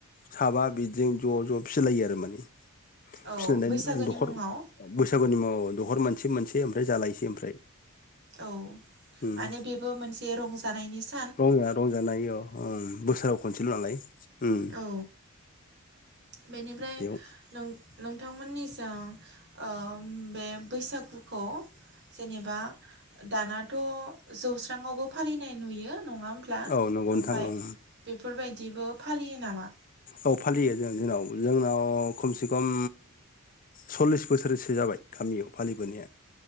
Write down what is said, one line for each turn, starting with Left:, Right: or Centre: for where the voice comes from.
Left: साबा बिदि ज' ज' फिलाय फियो
Right: औ
Left: आरो
Right: बैसागोनि
Left: दख
Right: मुङाव
Left: बैसागुनि मुंआव दहर मोनसे मोनसे ओमफ्राय जालायसै ओमफ्राय
Right: औ
Left: उम
Right: माने बेबो मोनसे रंजानायनि सायाव
Left: रंजा रंजानायं बोसोराव खनसेल' नालाय उम
Right: औ बेनिफ्राय
Left: बेयाव
Right: नों नोंथांमोननिजों बे बैसागुखौ जेनेबा दानाथ' जौस्रांआवबो फालिनाय नुयो नङा होनोमब्ला ओमफफ्राय
Left: औ नंगौ नोंथां ओं
Right: बेफोरबायदिबो फालियो नामा
Left: औ फालियो जों जोंनाव जोंनाव खमसे खम सल्लिस बोसोरसो जाबाय गामियाव फालिबोनाया